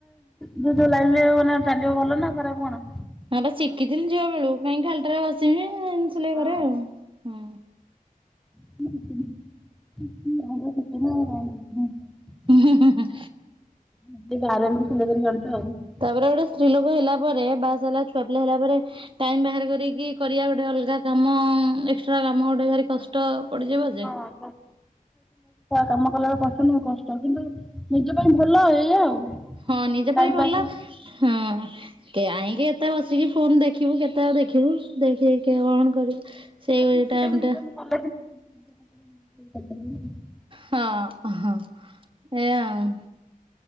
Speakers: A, in the centre; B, on the right.
A: ଯିଏ ଯୋଉ ଲାଇନ୍ ରେ ଚାଲିବଭଲ ନା ଖରାପ କଣ?
B: ହେଟା ଶିଖିଥିଲି ଝିଅ ବେଳୁ କାହିଁକି ଖାଲିଟାରେ ବସିବି ଏମିତି ସିଲେଇ
A: ହଁ
B: କରେ ଆଉ ହଁ।
A: <unintelligible>
B: ହୁଁଁ ହୁଁ ହୁଁ।
A: ଏଇ <unintelligible> ସିଲେଇ କରି ପାରୁଛ ଆଉ
B: ତାପରେ ଗୋଟେ ସ୍ତ୍ରୀ ଲୋକ ହେଲା ପରେ ବାହା ସାହା ଛୁଆ ପିଲା ହେଲା ପରେ ଟାଇମ ବାହାର କରିକି କରିବା ଗୋଟେ ଅଲଗା କାମ ଏକ୍ସଟ୍ରା କାମ ଗୋଟେ ଭାରି କ ଟ ପଡିଯିବ ଯେ।
A: <unintelligible> <unintelligible> କାମ କଲାବେଳକୁ କଷ୍ଟ ନୁହଁ କଷ୍ଟ କିନ୍ତୁ ନିଜ ପାଇଁ ଭଲ ଏଇଆ ଆଉ।
B: ହଁ ନିଜ
A: ଟାଇମ
B: ପାଇଁ ଭଲ।
A: ପାସ୍ ଆଉ
B: ହଁ କାହିଁକି ଏତେ ବସିକି ଫୋନ ଦେଖିବୁ କେତେଆଉ ଦେଖିବୁ। ଦେଖି ଦେଖିଆ କଣ କରିବୁ ସେ
A: କିଛିଟା
B: ଟାଇମ୍ ଟା
A: <unintelligible>
B: ହଁ ଅହଁ ଏୟା ଆଉ।